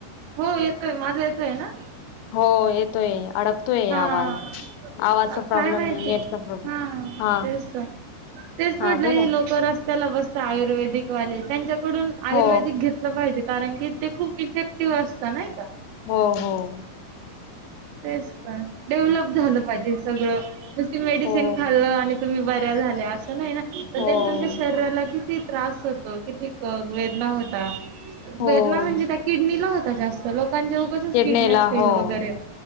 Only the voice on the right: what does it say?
हो येतोय. माझा येतोय ना?
हा,
काय
माहिती?
हा
तेच तर तेच
म्हटलं
हे
लोक रस् त्याला बसता आयुर्वेदिक वाले त्यांच्याकडून,
आयुर्वेदिक घेतलं पाहिजे कारण की ते खूप इफेक्टिव्ह असता नाही का?
तेच तर डेव्हलप झालं पाहिजे हे सगळं मेडिसिन
खाल्लं आणि तुम्ही बऱ्या झाल्या असं नाही ना, त्यांच्या
तुमच्या शरीराला किती त्रास होतो किती वेद ना होता,
वेदना म्हणजे त्या किडनीला होता जास्त लो कांचे उगचच
किडन्या फेल
वगैरे